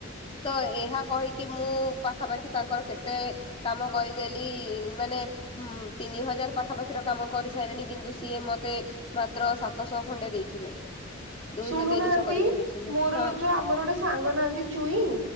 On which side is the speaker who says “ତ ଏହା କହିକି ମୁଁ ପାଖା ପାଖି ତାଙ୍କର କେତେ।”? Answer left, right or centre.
Left